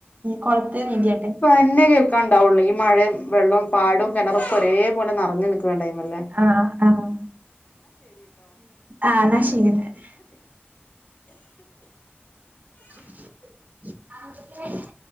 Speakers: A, on the right; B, on the left.
A: കൊളത്തി നീന്തിയിട്ടെ
B: തന്നെ കേൾക്കാണ്ടാവുള്ളൂ ഈ മഴയും വെള്ളം പാടവും കിണറൊക്കെ ഒരേപോലെ നെ റഞ്ഞു നിൽക്കുന്ന ടൈം അല്ലേ
A: ആഹ് ആഹ് ആഹ് എന്നാ ശരിയെന്നാല് <unintelligible>